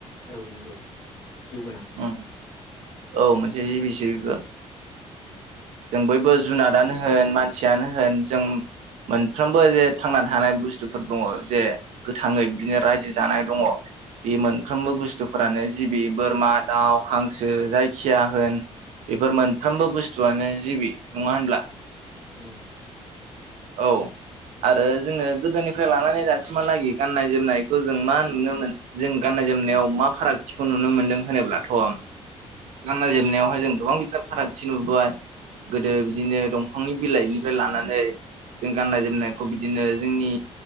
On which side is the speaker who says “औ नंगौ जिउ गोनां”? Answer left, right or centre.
Left